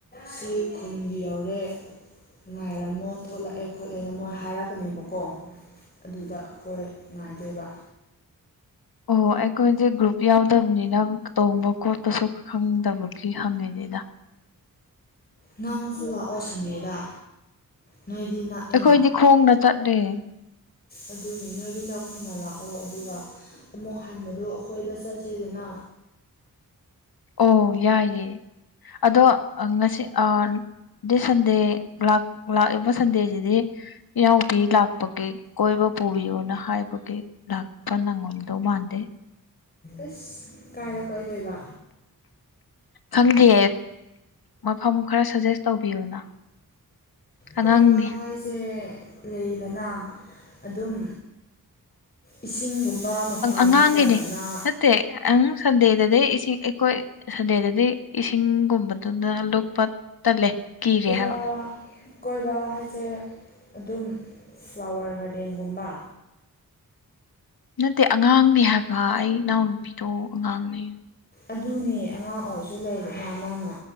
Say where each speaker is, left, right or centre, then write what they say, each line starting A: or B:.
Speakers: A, on the left (about 25°); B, on the left (about 85°).
A: ꯁꯤ ꯈꯨꯟꯒꯤ ꯌꯧꯔꯦ ꯉꯉꯥꯏꯔꯝꯃꯣ ꯊꯣꯛꯂꯛꯑꯦ ꯈꯣꯠꯂꯦꯅ ꯃꯣꯏ ꯍꯥꯏꯔꯛꯀꯅꯦꯕꯀꯣ ꯑꯗꯨꯗ ꯑꯩꯈꯣꯏ ꯉꯥꯏꯗꯦꯕ
B: ꯑꯣ ꯑꯩꯈꯦ ꯭ꯔꯨꯨꯞ ꯌꯥꯎꯗꯕꯅꯤ ꯑꯩꯅꯪ ꯇꯣꯡꯕ ꯈꯣꯠꯄꯁꯨ ꯈꯪꯗꯕꯒꯤ ꯍꯪꯉꯤꯅꯤꯗ
A: ꯅꯪꯁꯨꯨꯂꯥꯛꯑꯣ ꯁꯟꯗꯦꯗ ꯅꯣꯏꯗꯤ ꯅꯥꯛꯏꯅ
B: ꯑꯩꯈꯣꯏꯗꯤ ꯈꯣꯡꯅ ꯆꯠꯂꯦ
A: ꯑꯗꯨꯅꯤ ꯅꯣꯏꯗꯤ ꯅꯥꯛꯄꯅꯤꯅ ꯂꯥꯛꯑꯣ ꯑꯗꯨꯒ ꯑꯃꯨꯛ ꯍꯟꯕꯗꯣ ꯑꯩꯈꯣꯏꯗ ꯆꯠꯁꯦꯗꯅ
B: ꯑꯣ ꯌꯥꯏꯌꯦꯦ ꯑꯗꯣ ꯉꯁꯤ ꯑ ꯁꯟꯗꯦ ꯂꯥꯛꯏꯕ ꯁꯟꯗꯦꯁꯤꯗꯤ ꯏꯅꯥꯎꯄꯤ ꯂꯥꯛꯄꯒꯤ ꯀꯣꯏꯕ ꯄꯨꯕꯤꯌꯣꯅ ꯍꯥꯏꯕꯒꯤ ꯂꯥꯛꯄ ꯅꯪꯉꯝꯗꯧ ꯃꯥꯟꯗꯦ
A: ꯑꯁ ꯀꯥꯏꯅ ꯀꯣꯏꯗꯣꯏꯕ
B: ꯈꯪꯗꯦ ꯃꯐꯝ ꯈꯔ ꯁꯖꯦꯁ ꯇꯧꯕꯤꯌꯨꯅ ꯑꯉꯥꯡꯅꯤ
A: ꯀꯣꯏꯕ ꯍꯥꯏꯁꯦ ꯂꯩꯗꯅ ꯑꯗꯨꯝ ꯏꯁꯤꯡꯒꯨꯝꯕ ꯃꯐꯝ
B: ꯑꯉꯥꯡꯒꯤꯅꯦ
A: ꯅꯠꯇ꯭ꯔꯒꯅ
B: ꯅꯠꯇꯦꯪ ꯁꯟꯗꯦꯗ ꯑꯗꯩ ꯏꯁꯤꯡ ꯑꯩꯈꯣꯏ ꯁꯟꯗꯦꯗꯗꯤ ꯏꯁꯤꯡꯒꯨꯝꯕꯗꯨꯗ ꯂꯨꯞꯄ ꯇꯜꯂꯦ ꯀꯤꯔꯦ
A: ꯀꯣꯏꯕ
B: ꯍꯥꯏꯕ
A: ꯀꯣꯏꯕꯕꯥ ꯍꯥꯏꯁꯦ ꯑꯗꯨꯝ ꯐ꯭ꯂꯥꯋꯔ ꯒꯥꯔꯗꯦꯟꯒꯨꯝꯕ
B: ꯅꯠꯇꯦ ꯑꯉꯥꯡꯅꯦ ꯍꯥꯏꯕ ꯑꯩ ꯏꯅꯥꯎ ꯅꯨꯨꯄꯤꯗꯣ ꯑꯉꯥꯡꯅꯦ
A: ꯑꯗꯨꯅꯦ ꯑꯉꯥꯡ ꯑꯣꯏꯔꯁꯨ ꯂꯩꯗꯅ ꯅꯪꯅ